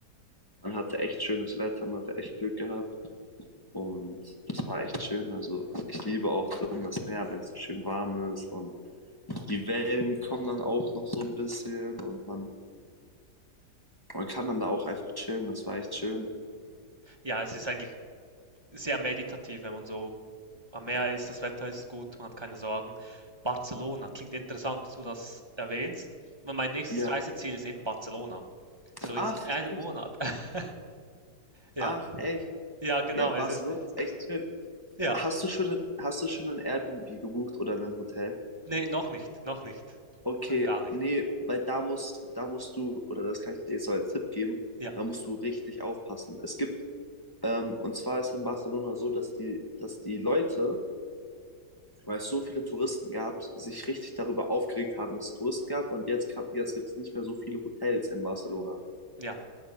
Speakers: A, on the left; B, on the right.
A: man hatte echt schönes Wetter, man hatte echt Glück gehabt und das war echt schön. Also ich liebe auch dann das Meer, wenn es schön warm ist und die Wellen kommen dann auch noch so ein bisschen und man, man kann dann da auch einfach chillen. Das war echt schön.
B: Ja, es ist eigentlich sehr meditativ, wenn man so am Meer
A: Ja.
B: ist, das Wetter ist gut, man hat keine Sorgen. Barcelona, klingt interessant, dass du das erwähnst. Weil Mein nächstes
A: Ja.
B: Reiseziel ist eben Barcelona. So
A: Ach,
B: in einem
A: echt,
B: Monat. <laughs> Ja,
A: ach, echt.
B: ja, genau,
A: Ja, Barcelona
B: es ist,
A: ist echt schön.
B: ja.
A: Hast du schon, hast du schon ein Airbnb gebucht oder ein Hotel?
B: Nee, noch nicht, noch nicht.
A: Okay,
B: Noch gar nicht.
A: nee, weil da musst, da musst du, oder das kann ich dir jetzt so als Tipp geben,
B: Ja,
A: da musst du richtig aufpassen. Es gibt, ähm, und zwar ist in Barcelona so, dass die, dass die Leute, weil es so viele Touristen gab, sich richtig darüber aufgeregt haben, dass es Touristen gab und jetzt, kann- jetzt gibt es nicht mehr so viele Hotels in Barcelona
B: ja.